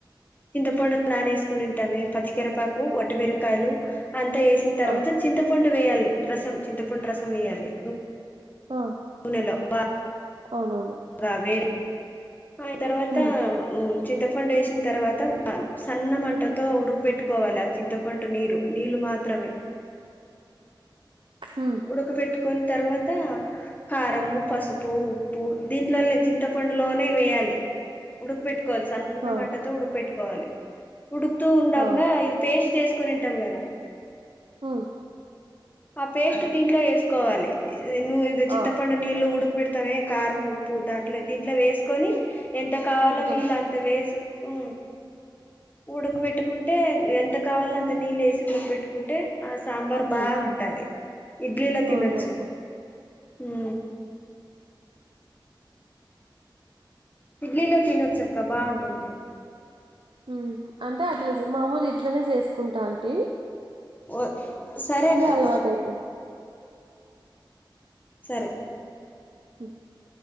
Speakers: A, on the left; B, on the right.
A: చింతపండు నానే వేసుకుని ఉంటాము పచ్చికరేపాకు, వట్టిమిరకాయలు అంతా వేసిన తర్వాత
B: ఆ
A: చింతపండు వేయాలి. రసం చింతపండు రసం వేయ్యాలి.
B: ఆ
A: పూణేలో బా
B: అవునవును
A: అబ్బా వేడి ఆ తర్వాత
B: హ్మ్
A: ఓ చింతపండు వేసిన తర్వాత సన్న మంటతో ఉడుకుపెట్టుకోవాలి ఆ చింతపండు నీరు నీళ్ళు మాత్రమే
B: హా
A: ఉడక పెట్టుకుని తర్వాత కారము పసుపు ఉప్పు దీంట్లోనే చింతపండులోనే వేయాలి ఉడక పెెట్టుకోవాలి సన్న
B: ఆ
A: మంటతో ఉడక పెెట్టుకోవాలి ఉడుకుతూ ఉండగా
B: ఆ
A: ఇది పేస్ట్ చేసుకుని ఉంటాం కదా
B: అవును
A: ఆ పేస్ట్ దీంట్లో ఏసుకోవాలి నువ్వు ఇదో చింతపండు
B: ఆ
A: నీళ్ళలు ఉడక పెడతా వే కారం ఉప్పు దాంట్లో దీంట్లో వేసుకొని ఎంత కావాలో
B: ఉడక
A: నీళ్ళు అంత వేసి ఉ ఉడకపెట్టుకుంటే ఎంత కావాలో అంత నీళ్లుఏసి ఉడకబెట్టుకుంటే ఆ సాంబార్
B: హ్మ్
A: బాగాంటుంది ఇడ్లీలో తినొచ్చు
B: అవునులెండి.
A: ఉ ఇడ్లీలో తినొచ్చక్క బావుంటుంది
B: ఉ అంటే చేయము మామూలు ఇట్లనే చేసుకుంటా ఉంటి
A: ఓయ్ సరే అక్క
B: అలవాటయిపోయి
A: సరే
B: హా <inaudible>